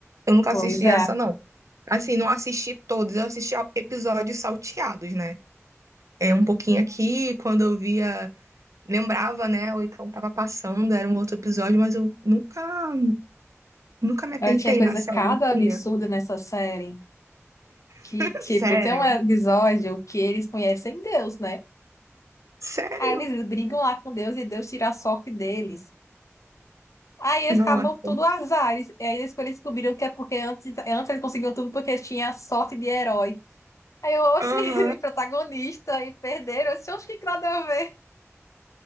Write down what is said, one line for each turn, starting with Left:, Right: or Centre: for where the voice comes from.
Right: Eu nunca
Left: Pois
Right: assisti
Left: é.
Right: essa, não. Assim, não assisti todos. Eu assisti ao- episódios salteados, né? É um pouquinho aqui, quando eu via... Lembrava, né? Ou então tava passando, era um outro episódio, mas eu nunca... Nunca me atentei
Left: Ela tinha coisa
Right: na série
Left: cada
Right: em si.
Left: absurda nessa série. Que,
Right: <laughs>
Left: tipo,
Right: Sério?
Left: tem um episódio que eles conhecem Deus, né?
Right: Sério?
Left: Aí eles brigam lá com Deus e Deus tira a sorte deles. Aí eles
Right: Nossa.
Left: acabam tudo azares. E aí eles quando descobriram que é porque antes, antes eles conseguiam tudo porque eles tinham a sorte de herói. Aí eu, oxe,
Right: Aham.
Left: <laughs> protagonista, e perderam. Eu disse, oxe, que nada a ver.